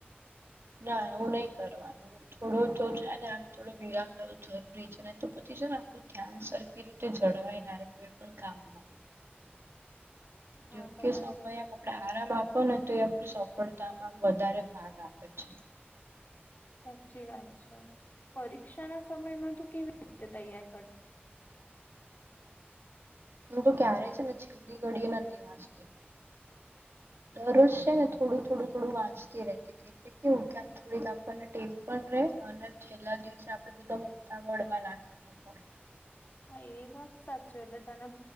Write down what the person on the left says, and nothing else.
હા
તમારી
સાચી વાત છે પરીક્ષા ના સમયમાં તું કેવી રીતે તૈયાર કર
હા એ વાત સાચી એટલે તને